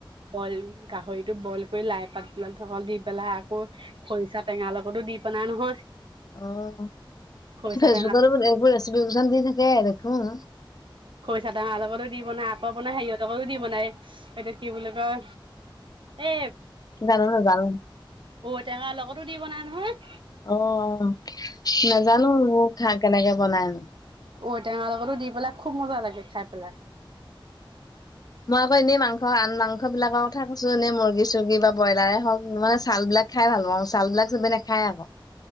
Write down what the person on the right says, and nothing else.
বইল গাহৰিতো বইল কৰি লাই পাত পিলকল দি পেলাই আকৌ খৰিচা টেঙাৰ লগতো দি তিপনাই নহয়
খৰিচা
টেঙা
চাদাহাঁহ লগটো দি বনাই আকৌ বনাই হেইহঁতকো দি বনাই সেইটো কি বুলি কয় এ
অঔটেঙাৰ লগতো দি বনাই নহয়।
ঔটেঙা লগতো দি পেলাই খুব মজা লাগে খাই। পেলাই